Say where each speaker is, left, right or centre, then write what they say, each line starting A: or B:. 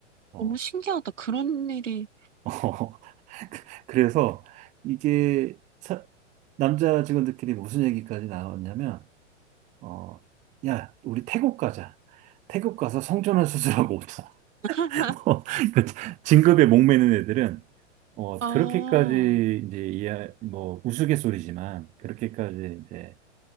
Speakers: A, on the right; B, on the right.
A: 어.
B: 너무 신기하다. 그런 일이.
A: <laughs> 그래서 이게 사- 남자 직원들끼리 무슨 얘기까지 나왔냐면, 어, 야, 우리 태국 가자. 태국 가서 성전환 수술하고 오자. <laughs>
B: <laughs>
A: 그 진급에 목매는 애들은, 어,
B: 아,
A: 그렇게까지 이제 이해, 뭐, 우스갯소리지만, 그렇게까지 이제